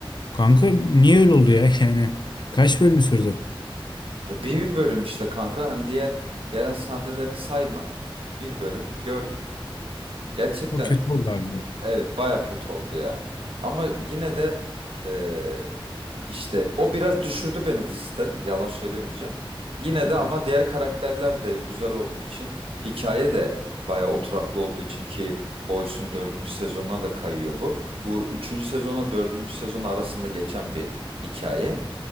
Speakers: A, on the left; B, on the right.
A: Kanka niye öyle oldu ya <laughs> yani? Kaç bölüm sürdü?
B: bir bölüm işte kanka hani diğer gelen sahnelerini sayma bir bölüm gördük. Gerçekten
A: O kötü oldu abi.
B: Evet baya kötü oldu ya. Ama yine de eee, işte o biraz düşürdü beni diziden. Yalan söylemeyeceğim. Yine
A: Hı
B: de
A: hı.
B: ama diğer karakterler de güzel olduğu için hikaye de baya oturaklı olduğu için ki Boys'un dördüncü sezonuna da kayıyor bu. Bu üçüncü sezonla dördüncü sezon arasında geçen bir hikaye.